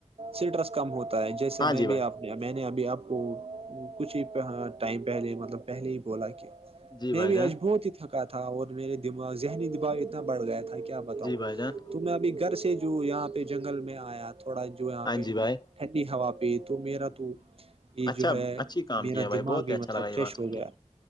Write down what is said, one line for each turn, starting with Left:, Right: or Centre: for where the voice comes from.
Right: سٹرس کم ہوتا ہے جیسے
Left: ہاں
Right: میں
Left: جی بھائی
Right: بھی آپ میں نے ابھی آپ کو کچھ ہی ٹائم پہلے مطلب پہلے ہی بولا کہ
Left: جی
Right: میں
Left: بھائی
Right: بھی
Left: جان
Right: اجبو ہی تھکا تھا اور میرے دماغ ذہنی دماغ اتنا بڑھ گیا تھا کہ کیا بتاؤں
Left: جی بھائی جان
Right: تو میں ابھی گھر سے جو یہاں پہ جنگل میں آیا تھوڑا جو یہاں
Left: ہاں
Right: پہ
Left: جی بھائی
Right: ٹھنڈی ہوا پہ تو میرا تو یہ
Left: اچھا
Right: جو ہے
Left: اچھی کام
Right: میرا
Left: کیا بھائی
Right: دماغ
Left: بہت
Right: بھی
Left: ہی اچھا
Right: مطلب
Left: لگا یہ
Right: فریش
Left: بات سن
Right: ہو گیا
Left: کے